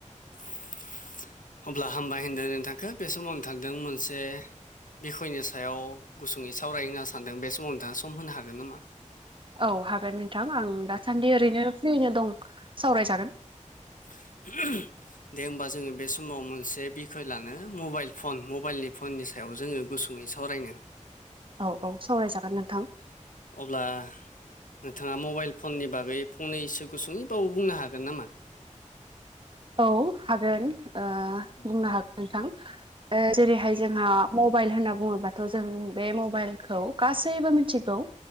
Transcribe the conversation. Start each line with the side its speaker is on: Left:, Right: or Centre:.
Left: <inaudible> अब्ला हामबाय होनदों नोंथांखौ बे समाव नोंथांदों मोनसे बिसयनि सायाव गुसुङै सावरायहोनो सानदों बे समाव नोंथाङा सम होनो हागोन नामा?
Right: औ हागोन नोंथां आं दासान्दि ओरैनो फ्रिनो दं सावरायजागोन।
Left: <inaudible> दे होमबा जोङो बे समाव मोनसे बिखय लानो, मबाइल फन मबाइलनि फननि सायाव जोङो गुसुङै सावरायनो
Right: औ औ सावरायजागोन नोंथां।
Left: अब्ला नोंथाङा मबाइल फननि बागै फंनैसो गुसुङै बाबो बुंनो हागोन नामा?
Right: औ हागोन बुंनो
Left: उम
Right: हागोन नोंथां जेरैहाय जोंहा मबाइल होनना बुङोबाथ' जों बे मबाइलखौ गासैबो मिथिगौ।